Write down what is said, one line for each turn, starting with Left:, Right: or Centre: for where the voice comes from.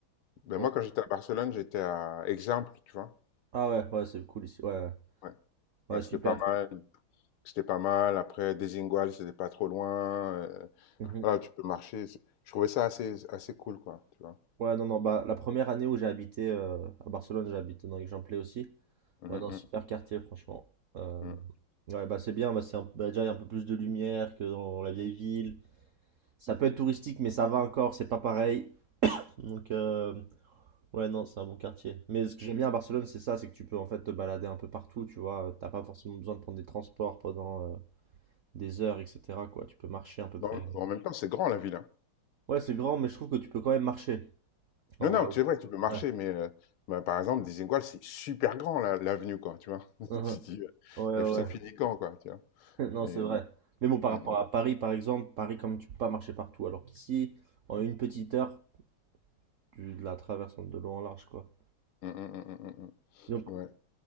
Left: Ben
Right: Ouais.
Left: moi, quand j'étais à Barcelone, j'étais à Exemple, tu vois.
Right: Ah ouais, ouais, c'est cool ici, ouais, ouais,
Left: Ouais,
Right: Ouais,
Left: Ouais,
Right: super.
Left: c'était pas mal. C'était pas mal. Après, Desigual, c'était pas trop loin. euh,
Right: Mhm.
Left: voilà, tu peux marcher. C'est- Je trouvais ça assez, assez cool, quoi, tu vois.
Right: Ouais, non, non, bah, la première année où j'ai habité euh, à Barcelone, j'ai habité dans Aix-en-Plé aussi.
Left: Mhm,
Right: Ouais, dans
Left: mhm,
Right: un super quartier, franchement. Euh,
Left: mhm.
Right: ouais, bah, c'est bien, bah, c'est un- bah, déjà, il y a un peu plus de lumière que dans la vieille ville. Ça peut être touristique, mais ça va encore, c'est pas pareil. Donc, euh, ouais, non, c'est un bon quartier. Mais ce que j'aime bien à Barcelone, c'est ça, c'est que tu peux en fait te balader un peu partout, tu vois. T'as pas forcément besoin de prendre des transports pendant euh, des heures, etc., quoi. Tu peux marcher à peu près.
Left: Bon, en même temps, c'est grand, la ville. hein.
Right: Ouais, c'est grand, mais je trouve que tu peux quand même marcher. Alors,
Left: Non, non, c'est vrai que tu peux marcher,
Right: euh, ouais.
Left: mais euh, bah, par exemple, Desigual, c'est super grand, la- l'avenue, quoi, tu vois. <laughs>
Right: Mhm.
Left: Tu te dis,
Right: Ouais,
Left: euh,
Right: ouais.
Left: ça
Right: ouais.
Left: finit quand, quoi, tu vois.
Right: <laughs> Non,
Left: Et,
Right: c'est
Left: euh,
Right: vrai. Mais bon, par
Left: mhm,
Right: rapport à Paris, par exemple, Paris, comme tu peux pas marcher partout, alors qu'ici, en une petite heure, tu la traverses de long en large, quoi.
Left: mhm, mhm, mhm, mhm.
Right: Donc,
Left: Ouais,